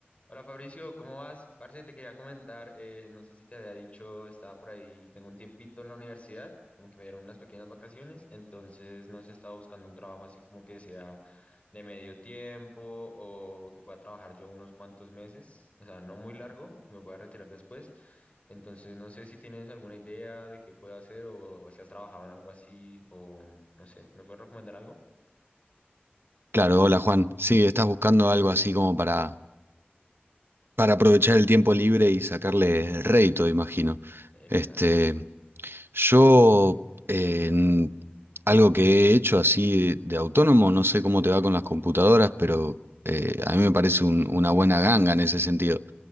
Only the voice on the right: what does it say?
Claro, hola Juan. Sí, estás buscando algo así como para, para aprovechar el tiempo libre y sacarle rédito, imagino.
Este, yo, en algo que he hecho así de, de autónomo, no sé cómo te va con las computadoras, pero eh, a mí me parece un- una buena ganga en ese sentido.